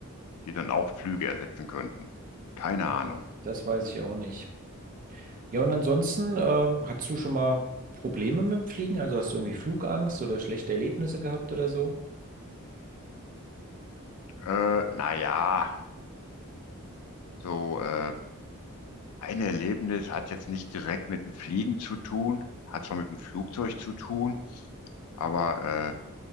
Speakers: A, on the left; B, on the right.
A: die dann auch Flüge ersetzen könnten. Keine
B: ja,
A: Ahnung.
B: das, das weiß ich auch nicht. Ja, und ansonsten, äh, hast du schon mal Probleme mit dem Fliegen? Also hast du irgendwie Flugangst oder schlechte Erlebnisse gehabt oder so?
A: Äh, naja, so äh, ein Erlebnis hat jetzt nicht direkt mit dem Fliegen zu tun, hat zwar mit dem Flugzeug zu tun, aber äh,